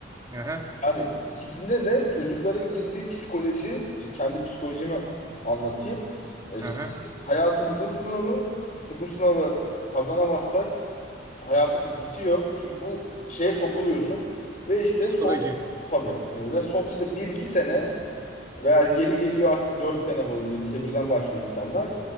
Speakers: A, on the right (about 20°); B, on the left (about 35°).
A: Aha.
B: Yani ikisinde de çocukların girdiği psikoloji, işte kendi psikolojimi anlatayım. E,
A: Aha.
B: şimdi hayatımızın sınavı, işte bu sınavı kazanamazsak işte hayatımız bitiyor. Çünkü bu şeye sokuluyorsun ve işte
A: Psikoloji.
B: son Tabii. E, Ve son işte bir iki sene veya yeri geliyor artık 4 sene boyunca lise birden başlıyor insanlar.